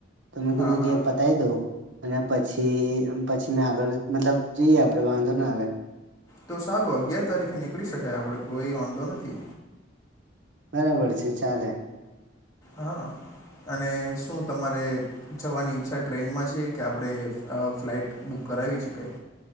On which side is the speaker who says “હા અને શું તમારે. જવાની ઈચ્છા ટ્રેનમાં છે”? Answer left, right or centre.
Left